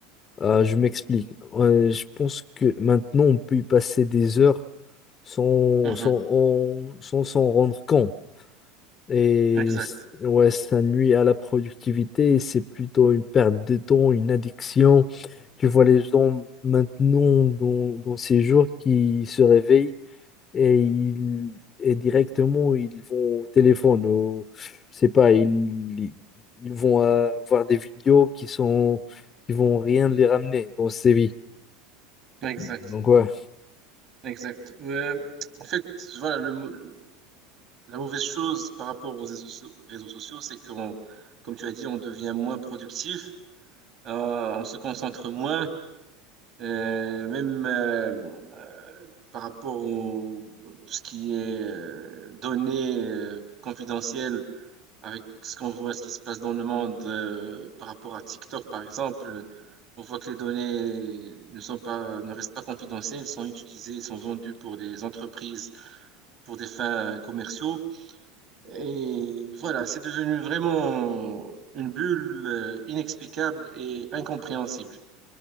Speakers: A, on the left; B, on the right.
A: Euh, je m'explique. Euh, je pense que maintenant, on peut y passer des heures sans,
B: Mhm.
A: sans, en- sans s'en rendre compte. Et
B: Exact,
A: c- ouais, ça nuit à la productivité et c'est plutôt une perte de temps, une addiction. Tu vois les gens maintenant dans, dans ces jours qui se réveillent et, ils, et directement ils vont au téléphone, au, je sais pas, ils, ils vont euh, voir des vidéos qui sont qui vont rien les ramener dans ces vies.
B: exact,
A: Donc ouais,
B: exact. Euh, en fait, voilà, le, mot- La mauvaise chose par rapport aux réseaux, so- réseaux sociaux, c'est qu'on, comme tu as dit, on devient moins productif, euh, on se concentre moins, euh, même euh, euh, par rapport au tout ce qui est euh, données euh, confidentielles, avec ce qu'on voit, ce qui se passe dans le monde, euh, par rapport à TikTok, par exemple, on voit que les données ne sont pas, ne restent pas confidentielles, elles sont utilisées, elles sont vendues pour des entreprises, pour des fins commerciaux. Et voilà, c'est devenu vraiment une bulle euh, inexplicable et incompréhensible.